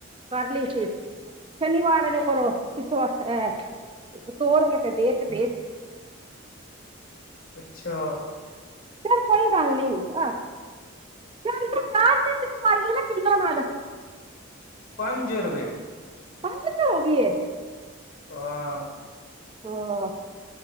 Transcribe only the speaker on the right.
ਕਰ ਲਈ ਸੀ ਸ਼ਨੀਵਾਰ ਇਹਦੇ ਕੋਲੋਂ ਕਿਸਵਾ ਹੈ ਤੋਲ ਕੇ ਤੇ ਦੇ ਤੇ
ਚੱਲ ਕੋਈ ਗੱਲ ਨੀ ਅਹ। ਚੱਲ ਤੂੰ ਤੇ ਸਹੀ ਸਵਾਰਿਆ ਨਾ ਕਿੱਲਾਂ ਲਾ ਦਾਗੇ।
ਪੰਜ 'ਚ ਹੋ ਗਈ ਹੈ।
ਹਾਂ।